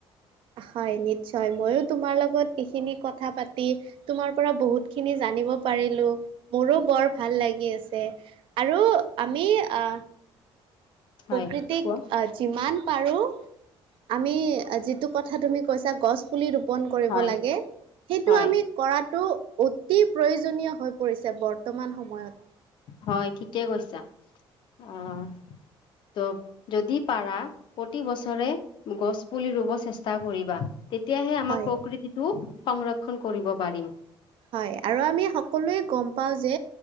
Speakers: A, on the right; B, on the left.
A: হয় নিশ্চয়। ময়ো তোমাৰ লগত এইখিনি কথা পাতি তোমাৰ পৰা বহুত খিনি জানিব পাৰি <unintelligible> মোৰো বৰ ভাল লাগিছে। আৰু আমি আ
B: হয়
A: প্ৰকৃতিক
B: কোৱা
A: যিমান পাৰো, আমি যিটো কথা তুমি কৈছা গছপুলি ৰোপণ কৰিব
B: হয়
A: লাগে। সেইটো
B: হয়
A: আমি কৰাটো অতি প্ৰয়োজনীয় হৈ পৰিছে বৰ্তমান সময়ত।
B: হয়, ঠিকেই কৈছা। অ'। ত', যদি পাৰা প্ৰতি বছৰে গছ পুলি ৰুব চেষ্টা কৰিবা। তেতিয়াহে আমাৰ
A: হয়
B: প্ৰকৃতিটো সংৰক্ষণ কৰিব পাৰিম।
A: হয়, আৰু আমি সকলোৱে গম পাও যে,